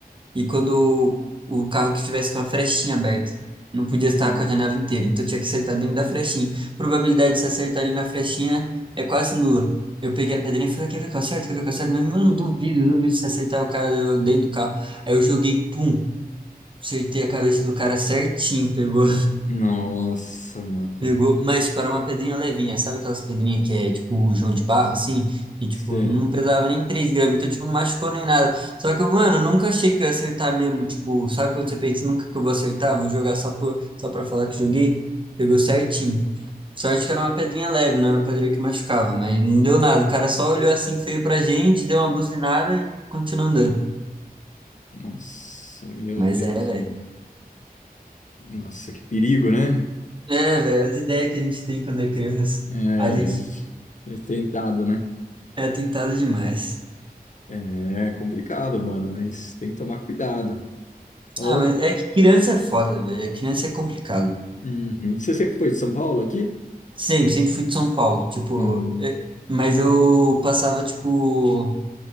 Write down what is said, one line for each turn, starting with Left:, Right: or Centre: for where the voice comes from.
Right: E quando o carro que estivesse com a frestinha aberta, não podia
Left: hum.
Right: estar com a janela inteira, então tinha que acertar dentro da frestinha. Probabilidade de se acertar ali na frestinha é quase nula. Eu peguei a pedrinha e falei, quer ver que eu acerto, quer ver que eu acerto? Mas, mano, duvido, duvido se acertar o cara dentro do carro. Aí eu joguei, pum, acertei a cabeça do cara certinho, pegou
Left: Nossa, mano.
Right: Pegou, mas para uma pedrinha levinha, sabe aquelas pedrinhas que é tipo João de barro, assim? Que tipo,
Left: Sei.
Right: não pesava nem 3 gramas, então tipo, não machucou nem nada. Só que, mano, eu nunca achei que eu ia acertar mesmo, tipo, sabe quando você pensa, nunca que eu vou acertar, vou jogar só, por, só pra falar que joguei? Pegou certinho. Sorte que era uma pedrinha leve, não era uma pedrinha que machucava, mas não deu nada. O cara só olhou assim feio pra gente, deu uma buzinada e continuou andando.
Left: Nossa, meu
Right: Mas
Left: Deus,
Right: é, velho.
Left: mano. Nossa, que perigo, né?
Right: É, velho, as ideias que a gente tem quando é criança,
Left: É,
Right: a
Left: a
Right: gente
Left: gente é tentado, né?
Right: é tentado demais.
Left: É complicado, mano, mas tem que tomar cuidado. Ó,
Right: Ah, mas é que criança é foda, velho. Criança é complicado.
Left: Uhum. Você sempre foi de São Paulo aqui?
Right: Sempre, sempre fui de São Paulo. Tipo,
Left: Hum,
Right: é- mas eu passava, tipo.